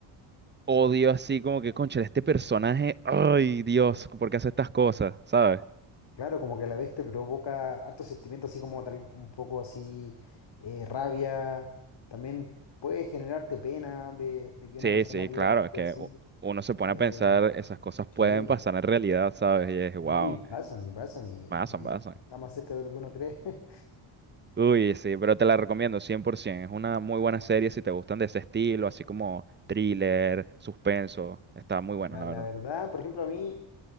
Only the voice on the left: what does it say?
Claro, como que a la vez te provoca hartos sentimientos, así como tal, un poco así, eh, rabia. También puede generarte pena de, de que
una persona
viva
la
vida
así.
eh,
sí,
¿no? Y pasan, y pasan, y,
y está más cerca de lo que uno cree. <laughs>
Ya,
la
verdad, por ejemplo, a mí